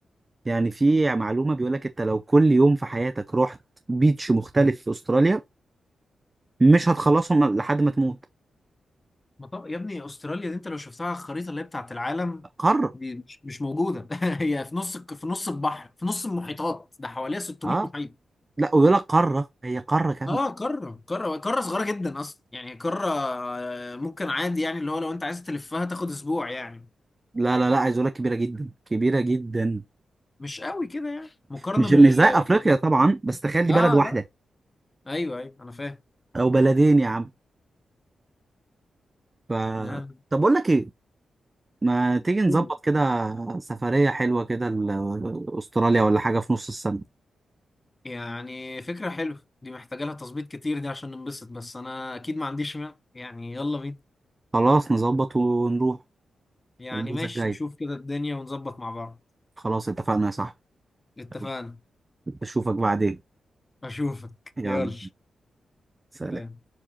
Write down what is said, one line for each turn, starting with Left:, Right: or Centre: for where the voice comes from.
Right: يعني في معلومه بيقول لك انت لو كل يوم في حياتك رحت بيتش مختلف في استراليا مش هتخلصهم لحد ما تموت
Left: ما طب... يا ابني استراليا دي انت لو شفتها على الخريطه اللي هي بتاعت العالم
Right: قاره
Left: دي مش مش موجوده <laughs> هي في نص الك- في نص البحر في نص المحيطات ده حواليها 600
Right: اه
Left: محيط
Right: لا ويقول لك قاره هي قاره كامله
Left: اه قاره قاره قاره صغيره جدا اصلا يعني قاره آه، ممكن عادي يعني اللي هو لو انت عايز تلفها تاخد اسبوع يعني
Right: لا لا لا عايز اقول لك كبيره جدا كبيره جدا
Left: مش قوي كده يعني مقارنه
Right: مش
Left: بال
Right: مش زي افريقيا
Left: باللي احنا
Right: طبعا
Left: فيه
Right: بس تخيل دي
Left: اه
Right: بلد واحده
Left: لا ايوه ايوه انا فاهم
Right: او بلدين يا عم ف...
Left: لا،
Right: طب اقول لك ايه ما تيجي نظبط
Left: لا.
Right: كده سفرية حلوة كده ل- استراليا ولا حاجة في نص السنة
Left: يعني فكره حلوه دي محتاجه لها تظبيط كتير دي عشان ننبسط بس انا اكيد ما عنديش مانع يعني يلا بينا
Right: خلاص نظبط ونروح
Left: يعني
Right: الاجازة
Left: ماشي
Right: الجاية
Left: نشوف كده الدنيا ونظبط مع بعض
Right: خلاص اتفقنا يا صاحبي
Left: اتفقنا
Right: يلا، اشوفك بعدين
Left: اشوفك
Right: يلا
Left: يلا
Right: سلام
Left: سلام